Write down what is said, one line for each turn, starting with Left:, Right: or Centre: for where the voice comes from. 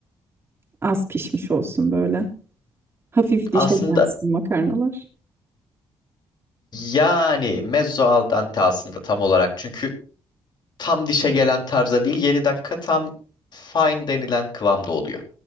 Right: Az pişmiş olsun böyle. Hafif dişe
Left: Aslında
Right: gelsin makarnalar.
Left: yani mezzo al dente aslında tam olarak çünkü tam dişe gelen tarza değil 7 dakika tam fine denilen kıvamda oluyor.